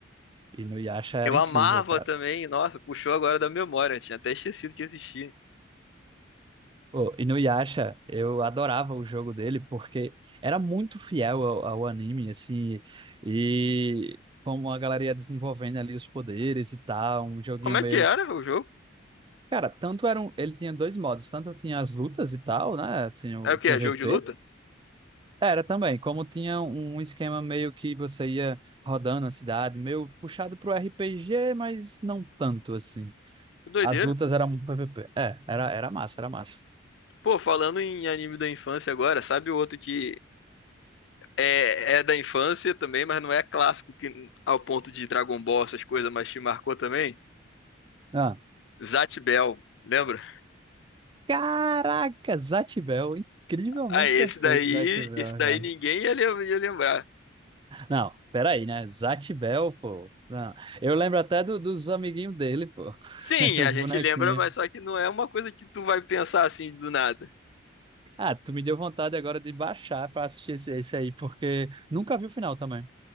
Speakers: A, on the right (about 25°); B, on the left (about 65°).
A: Inuyasha era
B: Eu
A: incrível,
B: amava
A: cara.
B: também. Nossa, puxou agora da memória. Tinha até esquecido que existia.
A: Pô, Inuyasha, eu adorava o jogo dele porque era muito fiel ao, ao anime, assim, e como a galera ia desenvolvendo ali os poderes e tal, um joguinho
B: Como é
A: meio...
B: que era o jogo?
A: Cara, tanto era um... ele tinha dois modos, tanto tinha as lutas e tal, né, Tinha o
B: É o que?
A: PVP,
B: É jogo de luta?
A: Era também, como tinha um esquema meio que você ia rodando a cidade, meio puxado pro RPG, mas não tanto assim.
B: Que doideira.
A: As lutas eram um PVP. É, era, era massa, era massa.
B: Pô, falando em anime da infância agora, sabe o outro que é, é da infância também, mas não é clássico que, ao ponto de Dragon Ball, essas coisas, mas te marcou também.
A: Ah.
B: Zatch Bell, lembra?
A: Caraca, Zatibel, incrivelmente
B: Ah, esse
A: perfeito
B: daí,
A: Zatibel,
B: esse daí
A: cara.
B: ninguém ia, lem- ia lembrar.
A: Não, peraí, né? Zatibel, pô. Não. Eu lembro até do- dos amiguinhos dele, pô.
B: Sim,
A: <laughs>
B: a
A: Os
B: gente
A: bonequinhos.
B: lembra, mas só que não é uma coisa que tu vai pensar assim do nada.
A: Ah, tu me deu vontade agora de baixar pra assistir esse, esse aí, porque nunca vi o final também.